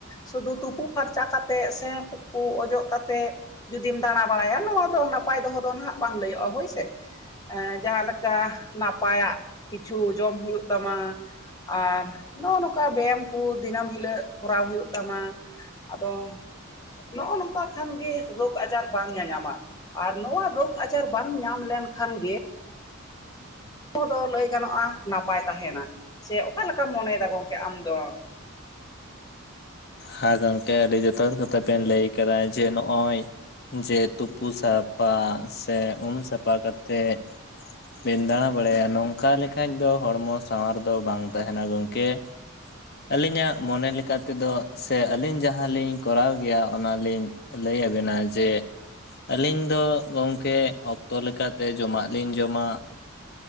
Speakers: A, on the left; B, on the left.
A: ᱥᱩᱫᱷᱩ ᱛᱩᱯᱩ ᱯᱷᱟᱨᱪᱟ ᱠᱟᱛᱮᱜ ᱥᱮ ᱛᱩᱯᱩ ᱚᱡᱚᱜ ᱠᱟᱛᱮᱜ ᱡᱩᱫᱤᱢ ᱫᱟᱬᱟ ᱵᱟᱲᱟᱭᱟ ᱱᱚᱣᱟ ᱫᱚ ᱱᱟᱯᱟᱭ ᱫᱚᱦᱚ ᱫᱚ ᱱᱟᱦᱟᱜ ᱵᱟᱝ ᱞᱟᱹᱭᱚᱜᱼᱟ ᱦᱳᱭ ᱥᱮ ᱾ ᱮᱜ ᱡᱟᱦᱟᱸ ᱞᱮᱠᱟ ᱱᱟᱯᱟᱭᱟᱜ ᱠᱤᱪᱷᱩ ᱡᱚᱢ ᱦᱩᱭᱩᱜ ᱛᱟᱢᱟ ᱾ ᱟᱨ ᱱᱚᱜᱼᱚ ᱱᱚᱝᱠᱟ ᱵᱮᱭᱟᱢ ᱠᱚ ᱫᱤᱱᱟᱹᱢ ᱦᱤᱞᱳᱜ ᱠᱚᱨᱟᱣ ᱦᱩᱭᱩᱜ ᱛᱟᱢᱟ ᱾ ᱟᱫᱚ ᱱᱚᱜᱼᱚ ᱱᱚᱝᱠᱟ ᱠᱷᱟᱱ ᱜᱮ ᱨᱳᱜᱽ ᱟᱡᱟᱨ ᱵᱟᱝ ᱧᱟᱧᱟᱢᱟ ᱟᱨ ᱱᱚᱣᱟ ᱨᱳᱜᱽ ᱟᱡᱟᱨ ᱵᱟᱝ ᱧᱟᱢ ᱞᱮᱱᱠᱷᱟᱱ ᱜᱮ ᱫᱚ ᱞᱟᱹᱭ ᱜᱟᱱᱚᱜᱼᱟ ᱱᱟᱯᱟᱭ ᱛᱟᱦᱮᱱᱟ, ᱥᱮ ᱚᱠᱟ ᱞᱮᱠᱟᱢ ᱢᱚᱱᱮᱭᱮᱫᱟ ᱜᱚᱝᱠᱮ ᱟᱢ ᱫᱚ?
B: ᱦᱮᱸ ᱜᱚᱝᱠᱮ ᱟᱹᱰᱤ ᱡᱚᱛᱷᱟᱛ ᱠᱟᱛᱷᱟ ᱵᱮᱱ ᱞᱟᱹᱭ ᱠᱟᱫᱟ ᱡᱮ ᱱᱚᱜᱼᱚᱭ ᱡᱮ ᱛᱩᱯᱩ ᱥᱟᱯᱷᱟ ᱥᱮ ᱩᱢ ᱥᱟᱯᱷᱟ ᱠᱟᱛᱮᱫ ᱵᱮᱱ ᱫᱟᱬᱟ ᱵᱟᱲᱟᱭᱟ ᱱᱚᱝᱠᱟ ᱞᱮᱠᱷᱟᱡ ᱫᱚ ᱦᱚᱲᱢᱚ ᱥᱟᱶᱟᱨ ᱫᱚ ᱵᱟᱝ ᱛᱟᱦᱮᱱᱟ ᱜᱚᱝᱠᱮ ᱾ ᱟᱹᱞᱤᱧᱟᱜ ᱢᱚᱱᱮ ᱞᱮᱠᱟ ᱛᱮᱫᱚ ᱥᱮ ᱟᱹᱞᱤᱧ ᱡᱟᱦᱟᱸ ᱞᱤᱧ ᱠᱚᱨᱟᱣ ᱜᱮᱭᱟ ᱚᱱᱟ ᱞᱤᱧ ᱞᱟᱹᱭ ᱟᱹᱵᱤᱱᱟ ᱡᱮ ᱟᱹᱞᱤᱧ ᱫᱚ ᱜᱚᱝᱠᱮ ᱚᱠᱛᱚ ᱞᱮᱠᱟᱛᱮ ᱡᱚᱢᱟᱜ ᱞᱤᱧ ᱡᱚᱢᱟ ᱾